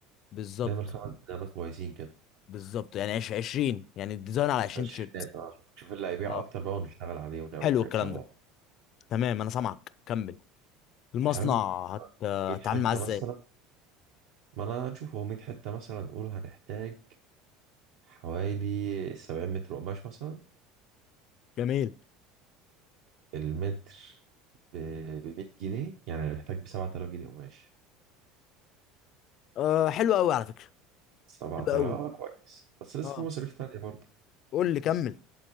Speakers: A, on the left; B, on the right.
A: بالظبط
B: نعمل خمس ديزاينات كويسين كده
A: بالظبط يعني عش- 20 يعني الديزاين على 20
B: عشرين
A: تيشيرت
B: دقيقة، نشوف اللي هيبيع
A: اه
B: أكتر بقى ونشتغل عليه ونعمل
A: حلو
B: حاجات
A: الكلام
B: شبهه
A: ده تمام انا سامعك كمل المصنع
B: حلو
A: هت...
B: 100
A: هتتعامل
B: حتة
A: معاه ازاي
B: مثلا ما أنا نشوف هو 100 حتة مثلا نقول هنحتاج حوالي 70 متر قماش مثلا
A: جميل
B: المتر ب 100 جنيه يعني هنحتاج ب 7000 جنيه قماش
A: أه حلو قوي على فكره
B: سبعة
A: حلو قوي
B: آلاف آه كويس بس لسه
A: اه
B: في مصاريف تانية برضه
A: قول لي كمل